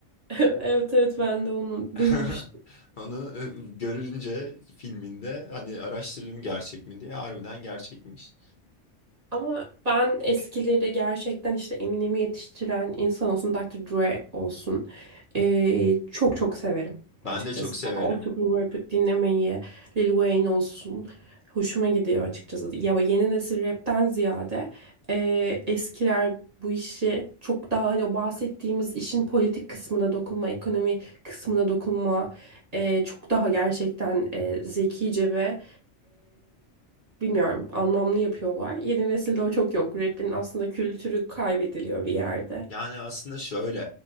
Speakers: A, on the right (about 35°); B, on the left (about 50°).
A: <laughs> Evet evet ben de onu
B: <laughs>
A: duymuştum.
B: Onu e, görünce filminde hani araştırdım gerçek mi diye harbiden gerçekmiş.
A: Ama ben eskileri gerçekten işte Eminem'i yetiştiren insan olsun, Dr. Dre olsun ee, çok çok severim
B: Ben
A: açıkçası.
B: de çok severim.
A: Daha old rap dinlemeyi, Lil Wayne olsun hoşuma gidiyor açıkçası. Ya yeni nesil rapten ziyade ee, eskiler bu işi çok daha hani o bahsettiğimiz işin politik kısmına dokunma, ekonomi kısmına dokunma ee, çok daha gerçekten ee, zekice ve bilmiyorum anlamlı yapıyorlar. Yeni nesilde o çok yok. Rap'in aslında kültürü kaybediliyor bir yerde.
B: Yani aslında şöyle